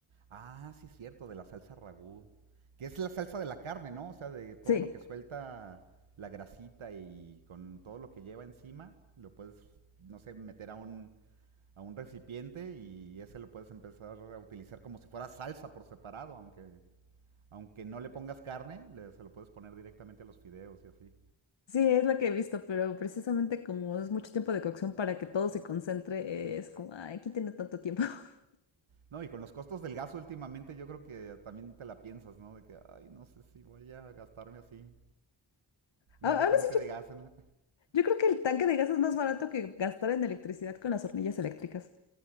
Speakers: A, on the right; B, on the left.
A: Ah, sí, es cierto, de la salsa ragú. Que es la salsa de la carne, ¿no? O sea, de todo
B: Sí.
A: lo que suelta la grasita y con todo lo que lleva encima, lo puedes, no sé, meter a un, a un recipiente y ese lo puedes empezar a utilizar como si fuera salsa por separado, aunque, aunque no le pongas carne, le- se lo puedes poner directamente a los fideos y así.
B: Sí, es lo que he visto, pero precisamente como es mucho tiempo de cocción para que todo se concentre, es como, ay, ¿quién tiene tanto tiempo? <laughs>
A: No, y con los costos del gas últimamente yo creo que también te la piensas, ¿no? De que, ay, no sé si voy a gastarme así medio
B: A- Ahora
A: tanque
B: sí, yo,
A: de gas en la-".
B: yo creo que el tanque de gas es más barato que gastar en electricidad con las hornillas eléctricas.